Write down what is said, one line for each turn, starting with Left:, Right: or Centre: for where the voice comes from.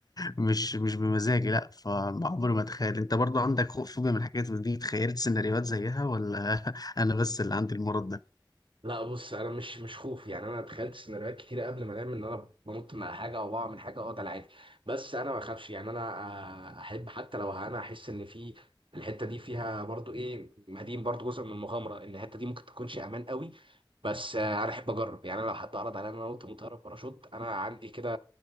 Left: مش مش بمزاجي لا فعمري ما اتخيل انت برضو عندك خوف فوبيا من الحاجات دي تخيلت سيناريوهات زيها ولا <laughs> انا بس اللي عندي المرض ده
Right: لا بص انا مش مش خوف يعني انا تخيلت سيناريوهات كتير قبل ما انام ان انا بنط من على حاجه او بقع من حاجه اه ده العادي بس انا ما بخافش يعني انا آه، احب حتى لو انا احس ان في الحته دي فيها برضو ايه مدين برضو جزء من المغامره ان الحته دي ممكن تكونش امان قوي بس آه، انا احب اجرب يعني انا لو حد عرض عليا ان انا انط من طياره باراشوت انا عندي كده